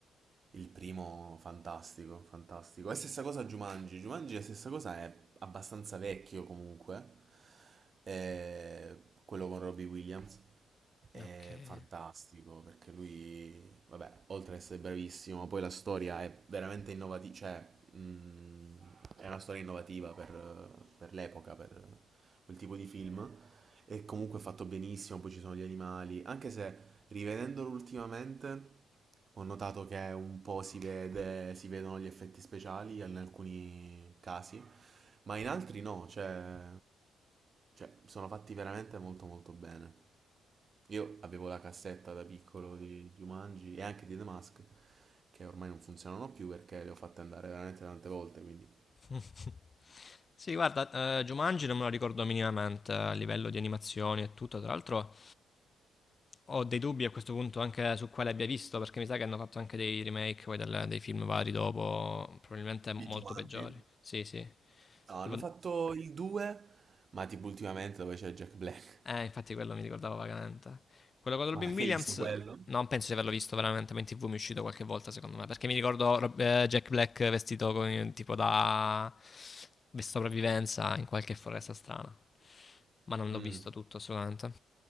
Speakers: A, on the right (about 40°); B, on the left (about 35°).
A: il primo fantastico, fantastico. È stessa cosa Jumanji. Jumanji è la stessa cosa, è abbastanza vecchio comunque. Eh, quello con Robbie Williams è
B: Okay.
A: fantastico perché lui, vabbè, oltre ad essere bravissimo, poi la storia è veramente innovativa, cioè, mm, è una storia innovativa per, per l'epoca, per quel tipo di film. E comunque è fatto benissimo, poi ci sono gli animali. Anche se rivedendolo ultimamente ho notato che un po' si vede, si vedono gli effetti speciali in alcuni casi, ma in altri no, cioè, cioè, sono fatti veramente molto molto bene. Io avevo la cassetta da piccolo di Jumanji e anche di The Mask, che ormai non funzionano più perché le ho fatte andare veramente tante volte, quindi...
B: <laughs> Sì, guarda, ehm, Jumanji non me lo ricordo minimamente a livello di animazioni e tutto. Tra l'altro ho dei dubbi a questo punto anche su quale abbia visto, perché mi sa che hanno fatto anche dei remake poi del dei film vari dopo, probabilmente molto
A: Di Jumanji?
B: peggiori. Sì, sì.
A: No, hanno
B: Tipo
A: fatto il 2, ma tipo ultimamente dove c'è Jack Black.
B: Eh, infatti
A: <laughs>
B: quello mi ricordava vagamente. Quello con Robin
A: Ma perché
B: Williams,
A: hai visto quello?
B: non penso di averlo visto veramente, ma in tv mi è uscito qualche volta secondo me, perché mi ricordo Rob- eh, Jack Black vestito con, tipo da di sopravvivenza in qualche foresta strana, ma non
A: Mm.
B: l'ho visto tutto assolutamente.